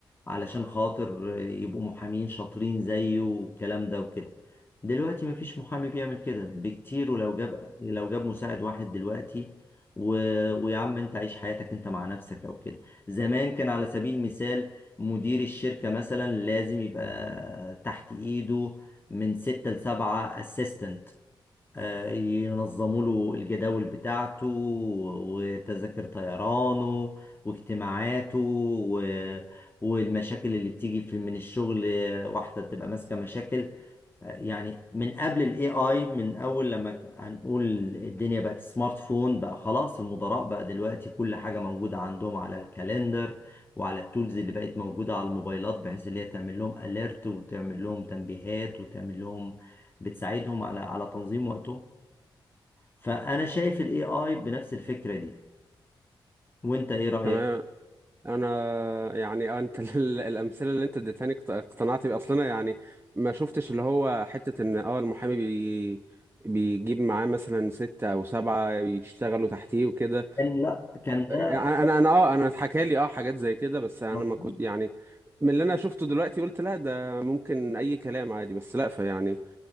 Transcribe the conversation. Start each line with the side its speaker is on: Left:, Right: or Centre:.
Left: علشان خاطر يبقوا محامين شاطرين زيه والكلام ده وكده دلوقتي مفيش محامي بيعمل كده بكتير ولو جاب لو جاب مساعد واحد دلوقتي و... ويا عم انت عيش حياتك انت مع نفسك او كده زمان كان على سبيل المثال مدير الشركة مثلا لازم يبقى تحت ايده من ستة لسبعة اسيستنت ينظموا له الجداول بتاعته وتذاكر طيرانه واجتماعاته و... والمشاكل اللي بتيجي في من الشغل واحدة تبقى ماسكة مشاكل يعني من قبل الاي اي من اول لما ك- هنقول الدنيا بقت سمارت فون بقى خلاص المدراء بقى دلوقتي كل حاجة موجودة عندهم على الكالندر وعلى التولز اللي بقت موجودة على الموبايلات بحيث اللي هي تعمل لهم اليرت وتعمل لهم تنبيهات وتعمل لهم بتساعدهم على على تنظيم وقته فانا شايف الاي اي بنفس الفكرة دي وانت ايه رأيك؟
Right: تمام انا يعني آه، انت <laughs> ال- الامثله اللي انت اديتهاني اقت- اقتنعت بيه اصلا انا يعني ما شفتش اللي هو حته ان اه المحامي بي بيجيب معاه مثلا ستة أو سبعة يشتغلوا تحتيه وكده
Left: كان لا كان ده
Right: انا انا اه انا اتحكى لي اه حاجات زي كده بس انا
Left: مظبوط
Right: ما كنت يعني من اللي انا شفته دلوقتي قلت لا ده ممكن اي كلام عادي بس لا فيعني